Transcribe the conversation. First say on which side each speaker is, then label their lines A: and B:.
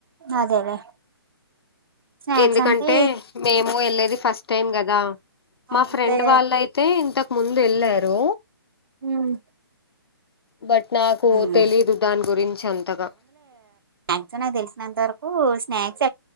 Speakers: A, on the right (about 65°); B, on the left (about 75°).
A: అదేలే స్నాక్స్
B: ఎందుకంటే
A: అంటే
B: మేము వెళ్ళలేది ఫస్ట్ టైం కదా
A: అవునులే
B: మా ఫ్రెండ్ వాళ్ళయితే ఇంతకు ముందు వెళ్ళారు
A: ఉమ్
B: బట్ నాకు
A: ఉమ్
B: తెలీదు దాని గురించి అంతగా
A: మాక్సిమం నాకు తెలిసినంత వరకు స్నాక్స్